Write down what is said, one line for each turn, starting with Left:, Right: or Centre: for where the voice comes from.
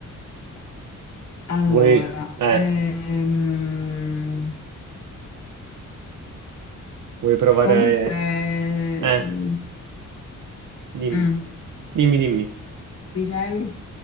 Left: Allora,
Right: Vuoi, eh,
Left: ehm,
Right: vuoi provare?
Left: Comunque,
Right: Eh,
Left: mm,
Right: dimmi,
Left: mm,
Right: dimmi, dimmi.
Left: dicevi? <laughs>